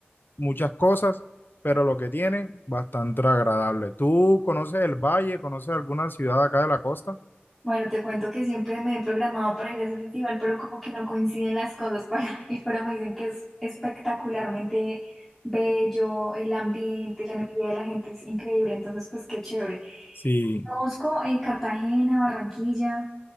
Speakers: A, on the left; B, in the centre.
A: muchas cosas, pero lo que tiene, bastante agradable. ¿Tú conoces el valle? ¿Conoces alguna ciudad acá de la costa?
B: Bueno, te cuento que siempre me he programado para ir a ese festival, pero como que no coinciden las cosas para <laughs> ir, pero me dicen que es espectacularmente bello, el ambiente, la energía de la gente es increíble, entonces pues qué chévere.
A: Sí.
B: Conozco eh, Cartagena, Barranquilla,